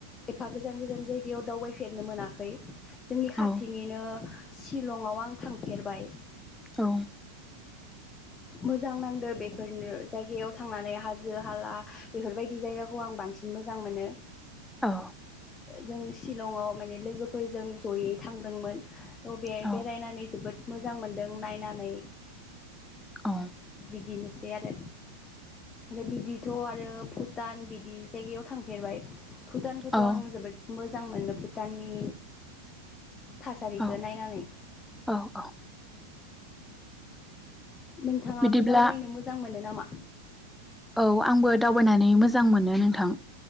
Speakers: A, on the left; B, in the centre.
A: एफा गोजान -गोजान जायगायाव दावबायफेरनो मोनाखै। जोंनि खाथिनिनो
B: औ
A: शिलंआव आं थांफेरबाय।
B: औ।
A: मोजां नांदो बेफोरनो जायगायाव थांनानै हाजो हाला बेफोरबायदि जायगाखौ आं बांसिन मोजां मोनो।
B: औ
A: जों शिलंआव माने लोगोफोरजों जयै थांदोंमोन। अ बेयाय
B: औ
A: बेरायनानै जोबोद मोजां मोनदों नायनानै
B: औ
A: बिदिनोसै आरो आरो ओ बिदिथ' आरो भुटान बिदि जायगायाव थांफेरबाय। भुटानखौथ
B: औ
A: आं जोबोद मो मोजां मोनो भुटाननि थासारिखौ
B: औ
A: नायनानै।
B: औ औ
A: नोंथाङाबो
B: बिदिब्ला
A: दावबायनो मोजां मोनो नामा?
B: औ आंबो दावबायनानै मोजां मोनो नोंथां।